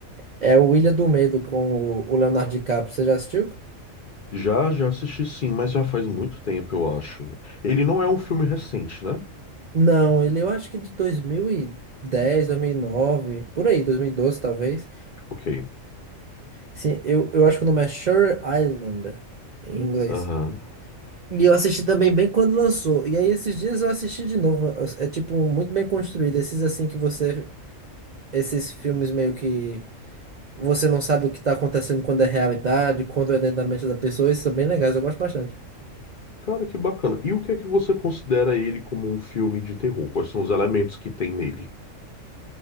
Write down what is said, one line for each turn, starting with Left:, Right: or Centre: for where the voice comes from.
Right: É o Ilha do Medo com o o Leonardo DiCaprio. Você já assistiu?
Left: Já, já assisti sim, mas já faz muito tempo, eu acho. Ele não é um filme recente, né?
Right: Não, ele eu acho que de 2010, 2009, por aí, 2012 talvez.
Left: Ok.
Right: Sim, eu, eu acho que o nome é Shutter Island em inglês.
Left: Aham.
Right: E eu assisti também bem quando lançou. E aí esses dias eu assisti de novo. É é, tipo muito bem construído. Esses assim que você. Esses filmes meio que você não sabe o que tá acontecendo quando é realidade, quando é dentro da mente da pessoa. Esses são bem legais, eu gosto bastante.
Left: Cara, que bacana. E o que é que você considera ele como um filme de terror? Quais são os elementos que tem nele?